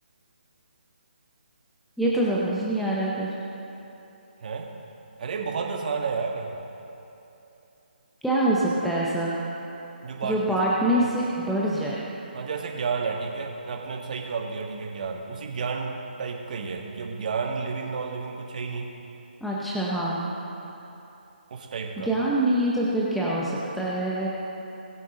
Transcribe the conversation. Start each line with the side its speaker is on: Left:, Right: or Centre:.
Centre: ये तो समझ नहीं आ रहा है फिर
Right: हैं अरे बहुत आसान है यार
Centre: क्या हो सकता है ऐसा
Right: जो बांटने
Centre: जो बांटने
Right: से बढ़ता है
Centre: से बढ़ जाएगा
Right: हाँ जैसे ज्ञान है ठीक है ना आपने सही जवाब दिया ठीक है ज्ञान उसी ज्ञान टाइप का ही है कि अब ज्ञान लिविंग नॉन लिविंग कुछ है ही नहीं
Centre: अच्छा हाँ
Right: उस टाइप का
Centre: ज्ञान नहीं है तो फिर क्या हो सकता है